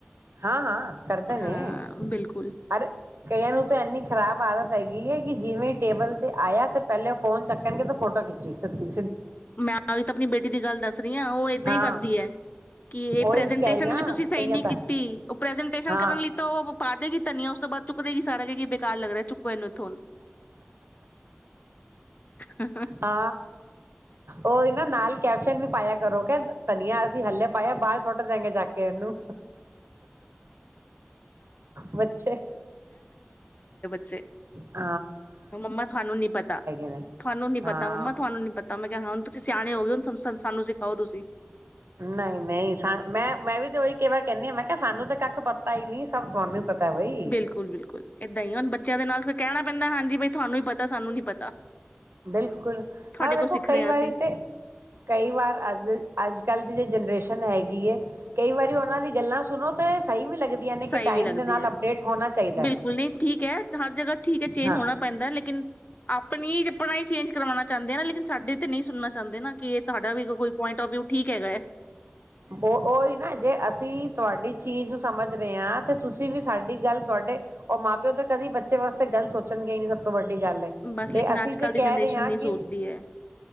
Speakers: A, on the right; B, on the left.
A: ਹਾਂ ਹਾਂ ਕਰਦੇ ਨੇ
B: ਹਾਂ ਬਿਲਕੁਲ
A: ਅਰੇ ਕਈਆਂ ਨੂੰ ਤਾਂ ਇੰਨੀ ਖ਼ਰਾਬ ਆਦਤ ਹੈਗੀ ਹੈ, ਕਿ ਜਿਵੇਂ ਟੇਬਲ ਤੇ ਆਇਆ ਤੇ ਪਹਿਲੇ ਉਹ ਫੋਨ ਚੱਕਣਗੇ ਤੇ ਫੋਟੋ ਖਿੱਚੀ ਸੁਤੀ।
B: ਮੈਂ ਤਾਂ ਆਪਣੀ ਬੇਟੀ ਦੀ ਗੱਲ ਦੱਸ ਨੀ ਅ ਔਹ ਏਦਾਂ
A: ਹਾਂ
B: ਹੀ ਕਰਦੀ ਹੈ, ਕਿ ਇਹ
A: ਉਹੀ
B: ਪ੍ਰਜੈਂਟੇਸ਼ਨ
A: ਮੈਂ ਕਹਿ ਰਹੀ ਹਾਂ
B: ਵੀ ਤੁਸੀਂ ਸਹੀ
A: ਕਈਆਂ
B: ਨੀ
A: ਤਾਂ
B: ਕੀਤੀ ਉਹ ਪ੍ਰਜੈਂਟੇਸ਼ਨ
A: ਹਾਂ
B: ਕਰਨ ਲਈ ਤਾਂ ਔਹ ਪਾ ਦੇਗੀ ਧਨੀਆ ਉਸ ਤੋਂ ਬਾਅਦ ਚੁੱਕਦੇ ਗੀ ਸਾਰਾ ਕਏਗੀ ਕੇ ਬਕਾਰ ਲੱਗ ਰਿਹਾ ਚੁੱਕੋ ਇਹਨੂੰ। ਤੋ ਹ
A: ਆ ਉਹ ਹੀ ਨਾ ਨਾਲ ਕੈਪਸ਼ਨ ਵੀ ਪਾਇਆ ਕਰੋ ਕ ਧਨੀਆ ਅਸੀਂ ਹਲੇੇ ਪਾਇਆ ਬਾਅਦ ਸੁਟ ਦੇਗੇ ਚੱਕ ਕੇ ਉਹਨੂੰ ਬੱਚੇ,
B: ਛੇ,
A: ਹ
B: ਮੰਮਾ ਤੁਹਾਨੂੰ ਨੀ ਪਤਾ
A: ਨੇ
B: ਤੁਹਾਨੂੰ ਨੀ
A: ਹਾਂ
B: ਪਤਾ ਮੰਮਾ ਤੁਹਾਨੂੰ ਨੀ ਪਤਾ ਮੈਂ ਕਿਹਾ ਹੁਣ ਤੁਸੀਂ ਸਿਆਣੇ ਹੋ ਗਏ ਹੁਣ ਸਾਨੂੰ ਸ ਆਓ ਤੁਸੀਂ,
A: ਨਹੀਂ ਨਹੀਂ ਮੈਂ ਮੈਂ ਵੀ ਤੇ ਉਹੀ ਕਈ ਵਾਰ ਕਹਿੰਦੀ ਐ ਮੈਂ ਕਿਹਾ ਸਾਨੂੰ ਤਾਂ ਕੱਖ ਪਤਾ ਹੀ ਨੀ ਸਭ ਤੁਹਾਨੂੰ ਪਤਾ ਬਈ
B: ਬਿਲਕੁਲ ਬਿਲਕੁਲ ਏਦਾਂ ਹੀ ਹੁਣ ਬੱਚਿਆਂ ਦੇ ਨਾਲ ਕਹਿਣਾ ਪੈਂਦਾ ਹਾਂਜੀ ਬਈ ਤੁਹਾਨੂੰ ਹੀ ਪਤ ਤਾਂ ਸਾਨੂੰ ਨੀ ਪਤਾ,
A: ਬਿਲਕੁਲ
B: ਤੁਹਾਡੇ
A: ਮ ਦੇਖੋ
B: ਕੋਲ ਸਿੱਖ ਰਹੇ
A: ਕਈ
B: ਹਾਂ
A: ਵਾਰੀ
B: ਅਸੀਂ
A: ਤੇ ਕਈ ਵਾਰ ਅੱਜ ਅੱਜ, ਕੱਲ੍ਹ ਦੀ ਜੇ ਜਨਰੇਸ਼ਨ ਹੈਗੀ ਹੈ, ਕਈ ਵਾਰੀ ਉਹਨਾਂ ਦੀ ਗੱਲਾਂ ਸੁਣੋ ਤੇ ਸਹੀ ਵੀ ਲੱਗਦੀਆਂ ਨੇ
B: ਸਹੀ
A: ਕਿ ਟਾਈਮ
B: ਵੀ ਲੱਗਦੀ
A: ਦੇ ਨਾਲ
B: ਹੈ,
A: ਅਪਡੇਟ ਹੋਣਾ ਚਾਹੀਦਾ
B: ਬਿਲਕੁਲ
A: ਹੈ
B: ਨਹੀਂ ਠੀਕ ਹੈ ਹਰ ਜਗ੍ਹਾ ਠੀਕ ਹੈ ਚੇਂਜ
A: ਹਾਂ
B: ਹੋਣਾ ਪੈਂਦਾ ਲੇਕਿਨ ਆਪਣੀ ਆਪਣਾ ਹੀ ਚੇਂਜ ਕਰਵਾਣਾ ਚਾਹੁੰਦੇ ਆ ਲੇਕਿਨ ਸਾਡੇ ਤੇ ਨਹੀਂ ਸੁਣਨਾ ਚਾਹੁੰਦੇ ਨਾ ਕਿ ਤੁਹਾਡਾ ਵੀ ਕੋਈ ਪੁਆਇੰਟ ਔਫ ਵਿਊ ਠੀਕ ਹੈਗਾ ਹੈ।
A: ਬ ਉਹੀ ਨਾ ਜੇ ਅਸੀਂ ਤੁਹਾਡੀ, ਚੀਜ਼ ਨੂੰ ਸਮਝ ਰਹੇ ਹਾਂ ਤੇ ਤੁਸੀਂ ਵੀ ਸਾਡੀ ਗੱਲ ਤੁਹਾਡੇ ਉਹ ਮਾਂ ਪਿਓ ਤਾਂ ਕਦੇ ਬੱਚੇ ਵਾਸਤੇ ਗੱਲ ਸੋਚਣਗੇ ਹੀ ਨੀ ਸਭ ਤੋਂ ਵੱਡੀ ਗੱਲ ਹੈ
B: ਬਸ
A: ਤੇ
B: ਲੇਕਿਨ
A: ਅਸੀਂ
B: ਅੱਜ ਕੱਲ
A: ਜੇ ਕਹਿ
B: ਦੀ ਜਨਰੇਸ਼ਨ
A: ਰਹੇ ਹਾਂ
B: ਨਹੀਂ ਸੋਚਦੀ
A: ਕਿ
B: ਹੈ